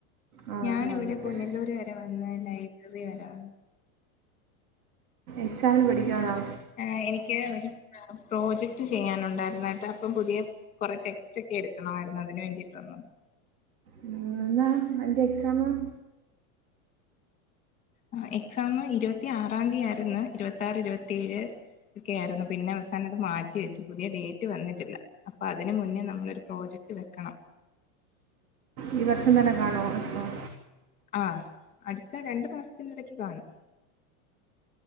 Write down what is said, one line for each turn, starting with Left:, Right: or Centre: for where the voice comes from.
Right: ആ
Left: ഞാനിവിടെ
Right: മറന്നിക്കാം
Left: പുനലൂര് വരെ വന്ന്‌ ലൈബ്രറി വരാണ്
Right: എക്സാമിന് പഠിക്കുവാണോ
Left: ആഹ് എനിക്ക് ഒരു <unintelligible> പ്രോജക്ട് ചെയ്യാനുണ്ടായിരുന്നായിട്ട് അപ്പം പുതിയ കുറെ ടെക്സ്റ്റ് ഒക്കെ എടുക്കണമായിരുന്നു അതിന് വേണ്ടിട്ട് വന്നതാ
Right: ഉം എന്നാ അതിന്റെ എക്സാംമാ
Left: ആഹ് എക്സാം ഇരുപത്തി ആറാം തീയതി ആയിരുന്നു ഇരുപത്തി ആറ് ഇരുപത്തിയേഴ് ക്കേ ആയിരുന്നു പിന്നെ അവസാനം മാറ്റി വെച്ചു പുതിയ ഡേറ്റ് വന്നിട്ടില്ല അപ്പൊ അതിന് മുന്നേ നമ്മളൊരു പ്രോജ ട്റ്റ് വെക്കണം
Right: ഈ വർഷം തന്നെ കാണോ എക്സാം
Left: ആഹ് അടുത്ത രണ്ടു മാസത്തിനിടക്ക് കാണും